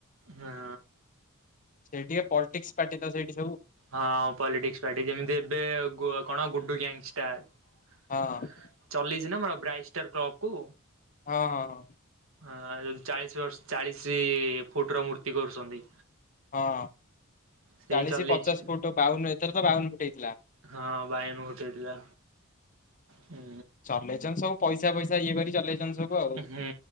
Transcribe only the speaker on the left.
ସେଇ ଟିକେ ପଲିଟିକ୍ସ ପାଟି ତ ସେଇଟି।
ହଁ
ହଁ ହଁ ହଁ।
ହଁ।
ଚାଳିଶ,
ପଚାଶ ଫଟ, ବାଉନ ।ଏଥର ତ ବାଉନ ଫୁଟ ହେଇଥିଲା।
ଚଲେଇଛନ୍ ସବୁ ପଇସା, ଫଇସା ଇଏ କରି ଚଲେଇ ଛନ୍ତି ସବୁ ଆଉ।